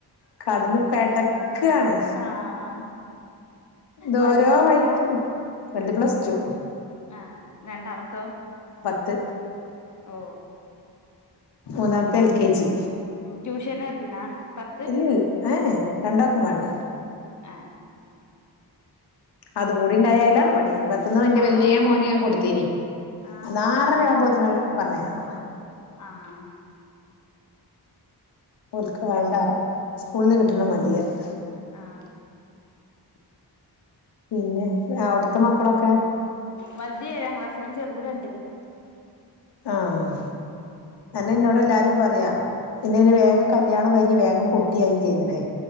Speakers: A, on the left; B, on the left.
A: കടന്ന് പെടക്കാണ്
B: ആഹ്
A: ഇത്
B: വലുത്
A: ഓരോ
B: എത്രേലാ
A: വൈക്ക് വൽത് പ്ലസ് ടു
B: ആ രണ്ടാമത്തോ
A: പത്ത്
B: ഓ
A: മൂന്നാമത്തെ എൽകെജി
B: മ്മ്ഹ് ട്യൂഷന് ചേർത്തിനാ പത്ത്
A: ഇല്ല ഇ ഏഹ് രണ്ടാക്കും വേണ്ടത്
B: ഏഹ് ഏഹ്
A: അതും കൂടി ഇണ്ടായ അയിലേറെ പണിയെനി എന്റെ
B: ആഹ്
A: വലിയേ മോന് ഞാൻ കൊടുത്തീന്
B: ആഹ്
A: ആറരയാവുമ്പോത്തേന് പറഞ്ഞയക്കണ
B: ആഹ്
A: ഓല്ക്ക് വേണ്ട സ്കൂളിന്ന്
B: ഉം
A: കിട്ടണ മതിയന്ന്
B: ആഹ്
A: പിന്നെ അവിടുത്തെ മക്കളൊക്കെ
B: വല്ത് ഏഴാം ക്ലാസിലും ചെറുത് രണ്ടിലും
A: ആഹ് എന്നോട് എല്ലാരും പറയാ പിന്നെ ഇ വേഗം കല്യാണം കഴിഞ്ഞ് വേഗം കുട്ടിയായും ചെയ്തേണ്